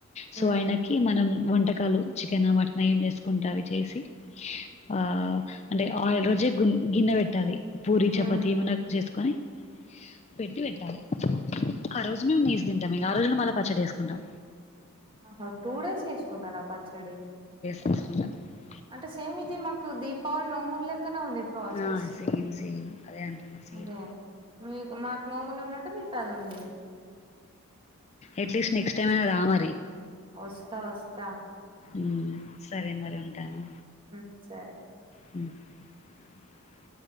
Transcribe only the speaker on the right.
ఊహూ
హ్మ్
ఆ టూ డేస్ చేసుకుంటారా పచ్చడి?
అంటే సేమ్ ఇది మాకు దీపావళి నోములు క్కన ఉంది ప్రాసెస్
అదే మీ మాకు నోములు ఉన్నట్టు నీ కదుండి
వస్తా వస్తా
మ్ సరే